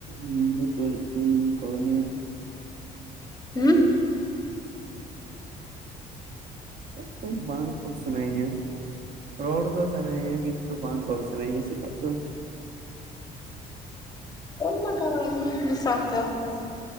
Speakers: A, on the right; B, on the left.
A: ᱦᱤᱢᱢᱟᱹᱛ ᱵᱟᱱᱩᱜ ᱛᱤᱧᱟ ᱡᱮᱧ ᱠᱚᱞ ᱟᱭᱟ ᱾
B: ᱦᱮᱸ
A: <inaudible> ᱵᱟᱝ ᱠᱚᱞ ᱥᱟᱱᱟᱭᱤᱧᱟ ᱾ ᱨᱚᱲ ᱫᱚ ᱥᱟᱱᱟᱭᱤᱧᱟ ᱠᱤᱱᱛᱩ ᱵᱟᱝ ᱠᱚᱞ ᱥᱟᱱᱟᱧᱟ, ᱪᱮᱫᱟᱜ ᱪᱚᱝ ᱾
B: ᱠᱚᱞ ᱞᱟᱜᱟᱣᱟᱭᱢᱮ ᱡᱩᱫᱤ ᱥᱟᱵ ᱛᱟᱢ ᱠᱷᱟᱡ᱾